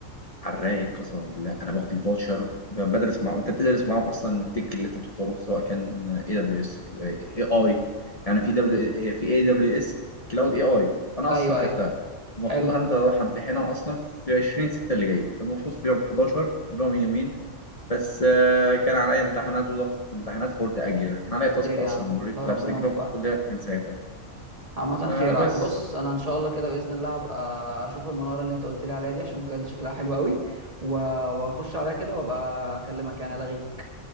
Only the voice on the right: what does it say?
ايوه
ايوه
حلو
خير
يا عم
الله ربنا
يوفقك
عامة
خير ع-
بص انا ان شاء الله كده باذن الله هبقى اشوف المنارة اللي انت قلت لي عليها دي عشان بجد شكلها حلو قوي و- واخش عليها كده وابقى اكلمك يعني الغيك